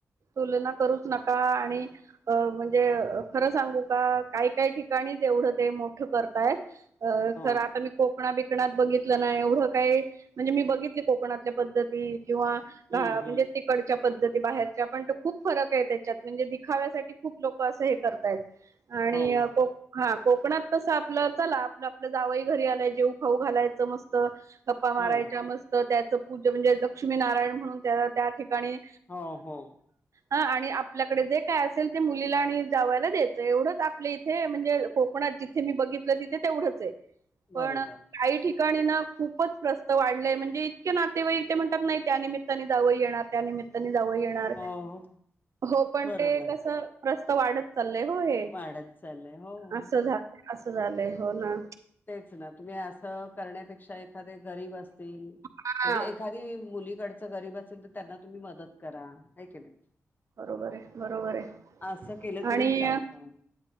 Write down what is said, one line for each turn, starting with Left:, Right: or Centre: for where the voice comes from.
Right: तुलना करूच नका आणि म्हणजे खरं सांगू का काही काही ठिकाणी तेवढं ते मोठं करतायेत
Left: हो
Right: तर आता मी कोकणा कोकणात बघितलं नाही एवढं काय म्हणजे मी बघितले कोकणातल्या पद्धती किंवा
Left: हम्म
Right: घ म्हणजे
Left: हम्म
Right: तिकडच्या पद्धती बाहेर पण खूप फरक आहे त्याच्यात म्हणजे दिखाव्यासाठी खूप लोक असं हे करतायत. आणि
Left: हो ना
Right: कोक हा कोकणात कसं आपलं चला आपलं आपलं जावई घरी आला जेऊ खाऊ घालायचं मस्त गप्पा मारायच्या
Left: हो
Right: मस्त त्याचं पूजा म्हणजे लक्ष्मी नारायण म्हणून त्या त्या ठिकाणी
Left: हो हो
Right: हा आणि आपल्याकडे जे काय असेल ते मुलीला आणि जावायला द्यायचं एवढंच आपले इथे म्हणजे कोकण णात जिथे मी बघितलं तिथे तेवढंच आहे पण
Left: बरोबर
Right: काही ठिक ठिकाणी खूपच प्रस्त वाढलेय म्हणजे इतके नातेवाईक ते म्हणतात नाही त्या निमित्ताने जावं येणार त्या निम त्ताने जावई येणार
Left: हो हो
Right: हो पण
Left: बरोबर
Right: तेकसं प्रस्थ वाढत चाल होय
Left: वाढत चाललंय हो हो
Right: अस झा अस झालंय हो ना
Left: तेच ना तुम्ही असं करण्यापेक्षा एखाद गरीब असतील म्हणजे
Right: हा
Left: एखादी मुली डच गरीब असेल तर त्यांना तुम्ही मदत करा हाय की नाही.
Right: बरोबर आहे बरोबर आहे
Left: असं केलं तरी
Right: आणि
Left: चालतं